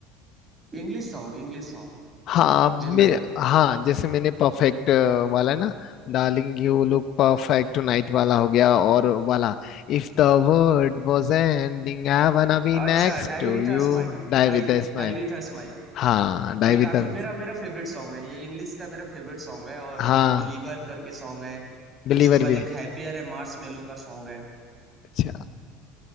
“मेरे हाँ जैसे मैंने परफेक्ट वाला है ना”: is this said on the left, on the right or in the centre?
Left